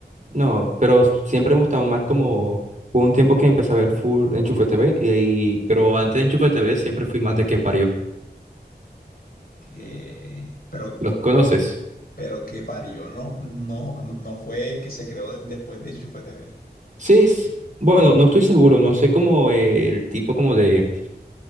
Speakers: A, on the right; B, on the left.
A: no, pero siempre me gustaba más como, hubo un tiempo que empecé a ver full Enchufe TV, y, ahí- pero antes de Enchufe TV siempre fui más de que parió.
B: que- pero,
A: ¿Los conoces?
B: pero que parió, no, no, no no fue que se creó de- después de Enchufe TV.
A: Sí, s- bueno, no estoy seguro, no sé cómo eh, el tipo como de